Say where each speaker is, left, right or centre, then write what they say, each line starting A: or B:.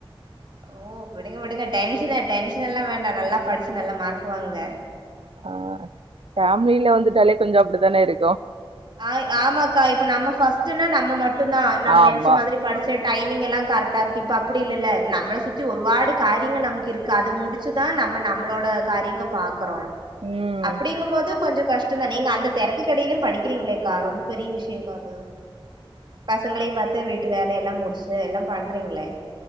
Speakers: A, on the right; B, on the right.
A: ஓ விடுங்க விடுங்க டென்ஷனு டென்ஷன் எல்லா வேண்டா நல்லா படிச்சு நல்லா மார்க் வாங்குங்க
B: ஆ ஃபேமிலினு வந்துட்டாலே கொஞ்சோ அப்டித்தான இருக்கு
A: ஆ ஆமாக்கா இப்ப நம்ம ஃபஸ்ட்டுனா நம்ம மட்டுதா நம்ம
B: ஆமா.
A: நெனச்ச மாதிரி படிச்ச டைமிங் எல்லா கரெக்டா இருக்கு இப்ப அப்டி இல்லல்ல இப்ப நம்மள சுத்தி ஒரு வாடு காரிங்க நம்கு இருக்கு அது முடிச்சுதா ந ம்ம நம்மளோட காரியங்க பாக் கறோ
B: ம்.
A: அப்டிங்கும் போது கொஞ்சொ கஷ்டொ தா நீங்க அந்த தெரக்கு கடியிலு படிக் குறீங்களேக்கா ரொம்ப பெரிய விஷயோ கா அது பசங்களையு பாத்து வீட்டு வேலையெல்லா முடிச்சு எல்லா பண்றீங்களே